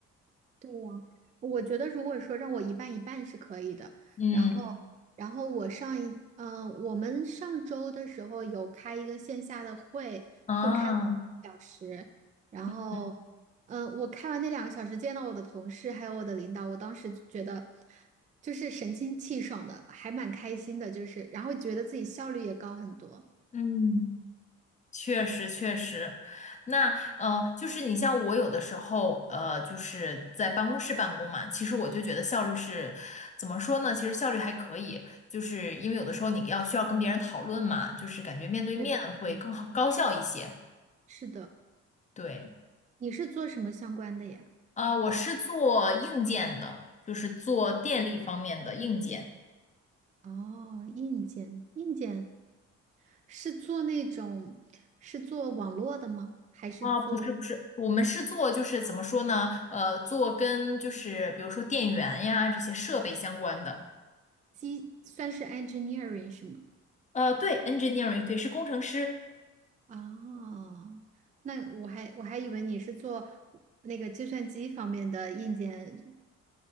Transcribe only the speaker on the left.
嗯，
啊，
嗯
嗯。确实确实，那呃，就是你像我有的时候，呃，就是在办公室办公嘛，其实我就觉得效率是怎么说呢？其实效率还可以，就是因为有的时候你要需要跟别人讨论嘛，就是感觉面对面会更好高效一些。
对，
啊、我是做硬件的，就是做电力方面的硬件。
啊，不是不是，我们是做就是怎么说呢？呃，做跟就是比如说电源呀这些设备相关的。
呃，对，engineering，对，是工程师。